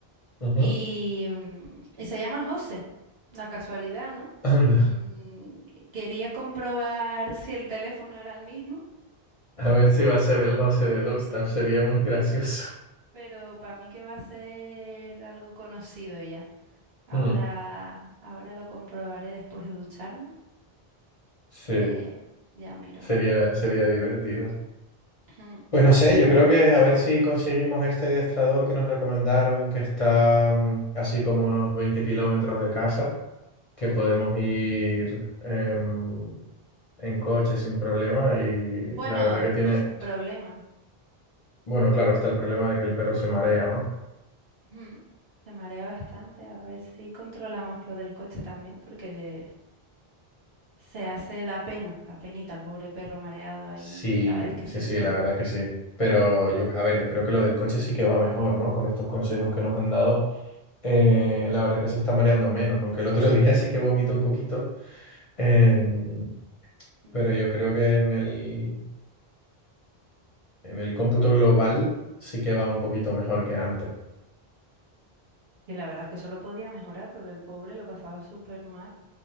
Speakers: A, on the left; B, on the right.
A: Ujú.
B: Y, mm, y se llama José, la casualidad, ¿no?
A: Anda,
B: Mm, quería comprobar si el teléfono era el mismo,
A: a ver si va a ser el José
B: eh,
A: de Dogstaff, sería muy gracioso.
B: pero para mí que va a ser algo conocido ya. Ahora,
A: Mm,
B: ahora lo comprobaré después de ducharme.
A: Sí.
B: eh, ya miro.
A: Sería, sería divertido.
B: Ujú.
A: Pues no sé,
B: Sí,
A: yo
B: la
A: creo
B: verdad
A: que
B: que sí.
A: a ver si conseguimos este adiestrador que nos recomendaron, que está mm, así como unos 20 kilómetros de casa, que
B: Ujú.
A: podemos ir em, en coche sin problema y
B: Bueno,
A: la verdad que tiene,
B: pues, sin problema.
A: bueno, claro, está el problema de que el perro se marea, ¿no?
B: Ujú. Se marea bastante. A ver si controlamos lo del coche también, porque se hace, da pena, da penita al pobre perro mareado ahí
A: Sí,
B: cada vez que
A: sí,
B: se
A: sí,
B: sube.
A: la verdad que sí. Pero yo, a ver, yo creo que lo del coche sí que va mejor, ¿no? Con estos consejos que nos han dado, eh, la verdad que se está mareando menos, aunque el otro <laughs> día sí que vomitó un poquito. Em,
B: Mm.
A: pero yo creo que en el, en el cómputo global sí que va un poquito mejor que antes.
B: Y la verdad es que solo podía mejorar, porque el pobre lo pasaba súper mal.